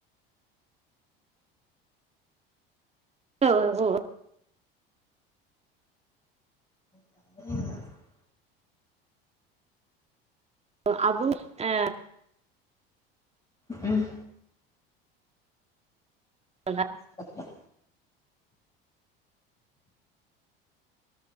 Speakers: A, on the right; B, on the left.
A: எவ்ளவு
B: <unintelligible>
A: அ அவுங் அ
B: ம்
A: சொல்ல
B: சொல்ல